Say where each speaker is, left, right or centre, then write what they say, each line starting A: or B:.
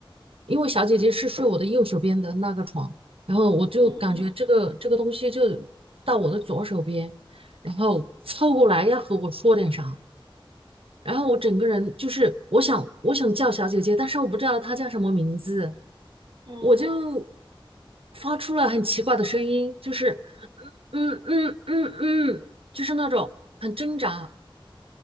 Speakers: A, on the right; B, on the right.
A: 因为小姐姐是睡我的右手边的那个床，然后我就感觉这个这个东西就
B: 嗯
A: 到我的左手边，然后凑过来要和我说点啥，然后我整个人就是我想我想叫小姐姐，但是我不知道她叫什么名字，
B: 嗯嗯，
A: 我就发出了很奇怪的声音，就是嗯嗯嗯嗯嗯，就是那种很挣扎，